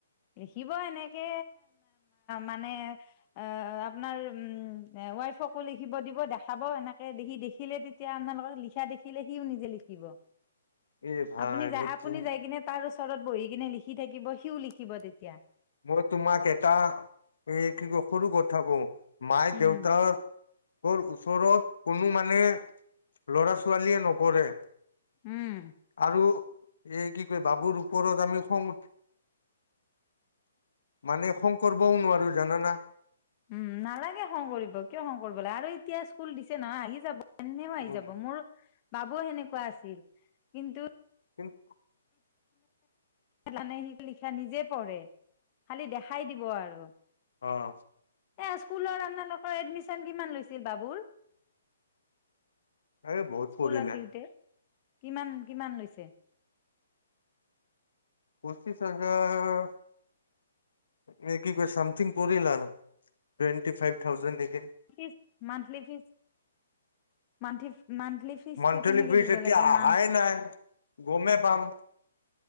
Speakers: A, on the left; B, on the left.
A: লিখিব এনেকে মানে অ' আপোনাৰ উম। ৱাইফকো লিখিব দিব দেখাব এনেকে দেখি দেখিলে তেতিয়া আপোনালোকক লিখা দেখিলে সিও নিজে লিখিব।
B: এ ভাই
A: আপুনি যাই
B: মই
A: আপুনি
B: তুম
A: যাই কিনে তাৰ ওচৰত বহি কিনে লিখি থাকিব সিও লিখি থাকিব তেতিয়া।
B: মই তোমাক এটা এ কি কয় সৰু কথা কওঁ, মাইক
A: উম।
B: দেউতাক কৰ ওচৰত কোনো মানে ল'ৰা ছোৱালীয়ে নপঢ়ে।
A: উম
B: আৰু এই কি কয় বাবুৰ ওপৰত আমি খং উঠ মানে খং কৰিবও নোৱাৰো জানানা?
A: উম, নালাগে খং কৰিব, কিয় খং কৰিব লাগে আৰু এতিয়া স্কুল দিছে নহয় আহি যাব। এনেও আহি
B: উম
A: যাব, মোৰ বাবু সেনেকুৱা আছিল। কিন্তু
B: কিন্ত,
A: মানে সি লিখা নিজে পঢ়ে খালি দেখাই দিব আৰু
B: অহ'
A: এই স্কুলত আপোনালোকৰ এডমিশ্যন কিমান লৈছিল বাবুৰ।
B: এই বহুত
A: স্কুলত
B: পৰিলে।
A: দিওঁতে কিমান, কিমান লৈছে।
B: পঁচিছ হাজাৰৰ নে কি কয় চামথিং পৰিলা টুৱেন্টি ফ্ৰাইভ থাউজেণ্ড নেকি?
A: ফ্ৰীচ মাণ্ঠলি ফ্ৰীচ মাণ্ঠলি মাণ্ঠলি ফ্ৰিজটো
B: মান্থলি
A: কেনেকে
B: ফিজ
A: দিব
B: এতিয়া
A: লাগে
B: অহাই
A: মান
B: নাই গমেই পাম